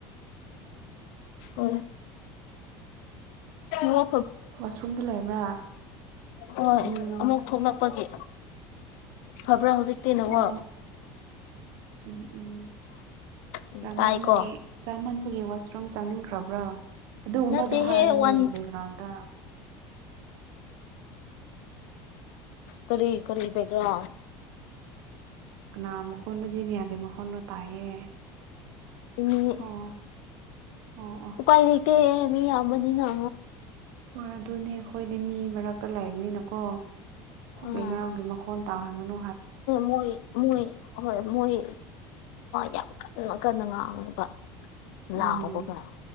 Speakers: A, on the left; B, on the right.
A: ꯍ ꯍꯣ
B: ꯋꯥꯁꯔꯨꯝꯗ ꯂꯩꯕ꯭ꯔꯥ
A: ꯍꯣꯏ
B: ꯎꯝ
A: ꯑꯃꯨꯛ ꯊꯣꯛꯂꯛꯄꯒꯤ ꯐꯕ꯭ꯔꯥ ꯍꯧꯖꯤꯛꯇꯤ ꯅꯉꯣ
B: ꯑꯣ ꯎꯝ ꯎꯝ
A: ꯎꯝ
B: ꯆꯥꯃꯟꯕꯒꯦ
A: ꯇꯥꯏꯀꯣ
B: ꯆꯥꯃꯟ ꯑꯩꯒꯤ ꯋꯥꯁꯔꯨꯝ ꯆꯥꯅꯤꯡꯈ꯭ꯔꯕ꯭ꯔꯥ ꯑꯗꯨꯒꯨꯝꯕꯗꯣ
A: ꯅꯠꯇꯦꯍꯦ
B: ꯍꯥꯏꯒꯅꯨ
A: ꯋꯥꯟ
B: ꯕꯦꯛꯒ꯭ꯔꯥꯎꯟꯗ
A: ꯀꯔꯤ ꯀꯔꯤ ꯄꯦꯒ꯭ꯔꯥ
B: ꯉꯅꯥ ꯃꯈꯣꯟꯨꯖꯤꯅꯤ ꯌꯥꯒꯦ ꯃꯈꯁꯣꯟꯨ ꯇꯥꯏꯌꯦ
A: ꯏꯅꯤ
B: ꯑꯣ ꯑꯣ ꯑꯣ
A: ꯎꯥꯏ ꯂꯩꯇ ꯃꯤ ꯌꯥꯝꯅꯤꯅ
B: ꯍꯣꯏ ꯑꯗꯨꯅꯦ ꯑꯩꯈꯣꯏꯅꯦ ꯃꯤ ꯃꯔꯛꯇ ꯂꯩꯕꯅꯤꯅꯀꯣ
A: ꯑꯥ
B: ꯕꯦꯛꯒ꯭ꯔꯥꯎꯟꯒꯤ ꯃꯈꯣꯟ ꯇꯥ ꯍꯥꯏꯒꯅ
A: ꯃꯣꯏ ꯃꯣꯏ ꯍꯣꯏ ꯃꯣꯏ ꯌꯥ ꯀꯟꯅ ꯉꯥꯡꯨꯕ
B: ꯎꯝ
A: ꯂꯥꯎꯕꯒ